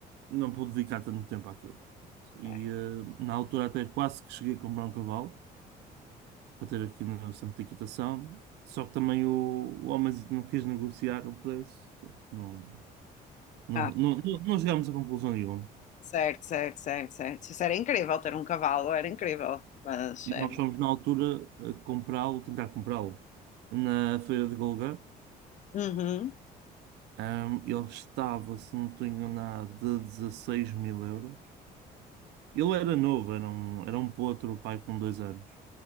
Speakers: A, on the right (about 80°); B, on the left (about 45°).
A: não pude dedicar tanto tempo àquilo. E
B: É.
A: eh, na altura até quase que cheguei a comprar um cavalo para ter aqui no centro de equitação, só que também o, o homenzito não quis negociar o preço, não, não,
B: Ah,
A: não, não, não chegámos a conclusão nenhuma.
B: certo, certo, certo, certo. Isso era incrível ter um cavalo, era incrível. Mas
A: E
B: é.
A: nós fomos na altura a comprá-lo, tentar comprá-lo na feira de Golgã.
B: Uhum.
A: Ahm, ele estava, se não estou enganado, de 16 mil euros. Ele era novo, era um, era um potro, o pai com dois anos.